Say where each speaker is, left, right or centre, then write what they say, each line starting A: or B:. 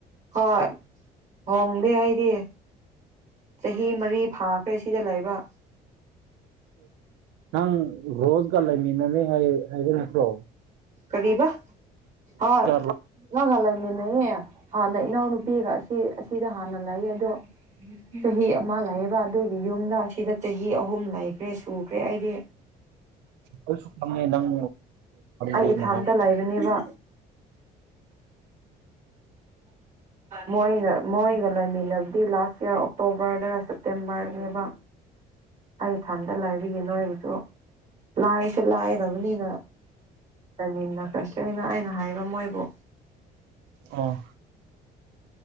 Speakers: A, on the right (about 45°); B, on the right (about 90°).
A: ꯍꯣꯏ ꯍꯣꯡꯗꯦ ꯑꯩꯗꯤ ꯆꯍꯤ ꯃꯔꯤ ꯐꯥꯈ꯭ꯔꯦ ꯁꯤꯗ ꯂꯩꯕ
B: ꯑꯪ ꯔꯣꯖ ꯀ ꯂꯩ ꯃꯤꯅꯅꯦ ꯍꯥꯏ ꯍꯥꯏꯒ ꯐ꯭ꯔꯣ
A: ꯀꯔꯤꯕ ꯍ
B: ꯔꯣ
A: ꯅꯪꯒ ꯂꯩꯢ ꯍꯥꯟꯅ ꯏꯅꯥꯎꯅꯨꯄꯤꯒ ꯑꯁꯤ ꯑꯁꯤꯗ ꯍꯥꯟꯅ ꯂꯩꯌꯦ ꯑꯗꯣ ꯆꯍꯤ ꯑꯃ ꯂꯩꯥꯛꯑꯕ ꯑꯗꯨꯒꯤ ꯌꯨꯝꯗ ꯁꯤꯗ ꯆꯍꯤ ꯑꯍꯨꯝ ꯂꯩꯈ꯭ꯔꯦ ꯁꯨꯈ꯭ꯔꯦ ꯑꯩꯗꯤ
B: ꯑꯩꯁꯨ ꯈꯉꯦ ꯅꯪ
A: ꯑꯩ
B: ꯂꯩ
A: ꯏꯊꯟꯇ
B: ꯅꯍ
A: ꯂꯩꯕꯅꯦꯕ ꯃꯣꯏꯅ ꯃꯣꯒ ꯂꯩꯃꯤꯟꯅꯕꯗꯤ ꯂꯥꯁ ꯏꯔ ꯑꯣꯛꯇꯣꯕꯔꯗ ꯁꯦꯞꯇꯦꯝꯕꯔꯅꯦꯕ ꯑꯩ ꯊꯟꯗ ꯂꯥꯏꯕꯤꯒꯤꯦ ꯅꯣꯏꯒꯤꯁꯨ ꯂꯥꯏ ꯁꯤ ꯂꯥꯏꯗꯕꯅꯤꯅ ꯇꯥꯏꯃꯤꯟꯅ ꯀꯁꯅ ꯑꯩꯅ ꯍꯥꯏꯕ ꯃꯣꯏꯕꯨ
B: ꯑꯣ